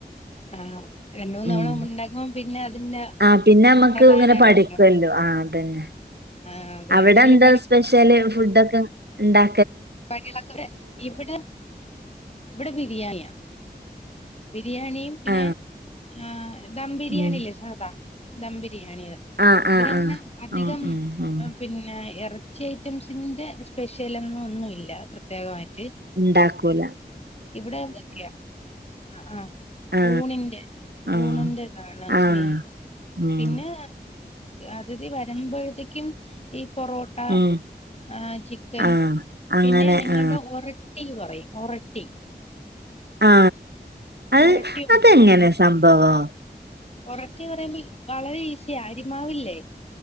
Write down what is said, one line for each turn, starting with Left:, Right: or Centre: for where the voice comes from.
Left: ആ രണ്ട്മൂന്ന് തവണ
Right: ഉം
Left: മ്മള് ഉണ്ടാക്കും പിന്നെ അതിന്റെ
Right: ആ പിന്നെ മ്മക്ക്
Left: പ്രധാനാവുല്ലോ
Right: ഇങ്ങനെ പഠിക്ക്യാല്ലോ ആ ധന്നെ
Left: ആഹ് അതെ
Right: അവിടെ
Left: എന്തെങ്കിലും
Right: എന്ത സ്പെഷ്യല് ഫുഡ് ഒക്കെ ഇണ്ടാ
Left: വികളൊക്കെ ഇവിടെ ഇവിടെ ബിരിയാണിയാ ബിരിയാണിയും പിന്നെ
Right: ആ
Left: ആ ദം ബിരിയാണില്ലേ
Right: ഉം
Left: സാദാ ദംബി ബിരിയാണിടെ
Right: ആ
Left: ഇവരങ്ങനെ
Right: ആ ആ
Left: അധികം
Right: ഉം ഉം ഉം
Left: മം പിന്നെ ഇറ ച്ചി ഐറ്റംസിന്റെ സ്പെഷ്യൽ എന്ന ഒന്നു ല്ല പ്രത്യേകമായിട്ട്
Right: ഉണ്ടാക്കൂല
Left: ഇവിടെ അതൊക്കെയ അ ആ
Right: ആ
Left: ഊണിന്റെ
Right: ആ
Left: ഊണിന്റെ കാണ്
Right: ആ
Left: മെയ്ൻ
Right: ഉം
Left: പിന്നെ അതിഥി വരുമ്പോഴത്തേക്കും ഈ പൊറോട്ടാ
Right: ഉം
Left: ആ ചിക്കൻ
Right: ആ അങ്ങനെ
Left: പിന്നെ ഞങ്ങളിവിടെ
Right: ആ
Left: ഒറട്ടി ന്ന് പറയും ഒറട്ടി
Right: ആ അത്
Left: ഒറട്ടി
Right: അതെങ്ങനെ സംഭ ആ ആ
Left: ഒറാട്ടി പറയുമ്പോ വളരെ ഈസിയ അരിമാവില്ലേ